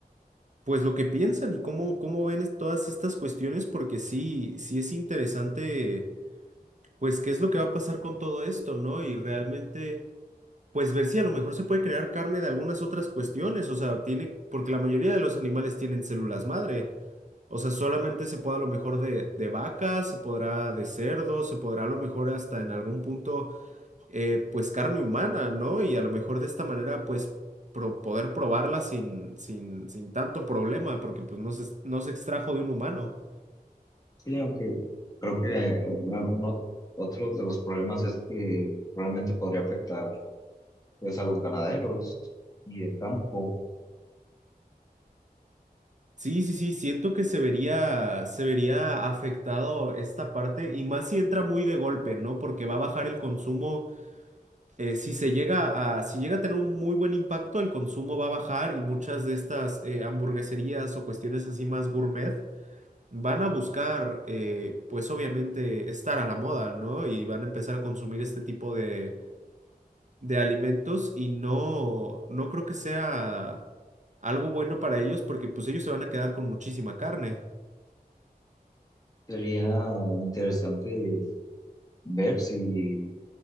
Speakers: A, on the right; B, on the left.
A: pues lo que piensan y cómo, cómo ven es- todas estas cuestiones, porque sí, sí es interesante, pues qué es lo que va a pasar con todo esto, ¿no? Y realmente, pues ver si a lo mejor se puede crear carne de algunas otras cuestiones, o sea, tiene, porque la mayoría de los animales tienen células madre. O sea, solamente se puede a lo mejor de, de vacas, se podrá de cerdos, se podrá a lo mejor hasta en algún punto eh, pues carne humana, ¿no? Y a lo mejor de esta manera, pues pro- poder probarla sin, sin, sin tanto problema, porque pues no se, no se extrajo de un humano.
B: Sí, aunque creo que uno, uno- otro de los problemas es que probablemente podría afectar pues, a los ganaderos y el campo.
A: Sí, sí, sí, siento que se vería, se vería afectado esta parte y más si entra muy de golpe, ¿no? Porque va a bajar el consumo, eh, si se llega a, si llega a tener un muy buen impacto, el consumo va a bajar y muchas de estas eh, hamburgueserías o cuestiones así más gourmet van a buscar, eh, pues obviamente, estar a la moda, ¿no? Y van a empezar a consumir este tipo de, de alimentos y no, no creo que sea algo bueno para ellos porque pues ellos se van a quedar con muchísima carne.
B: Sería interesante ver si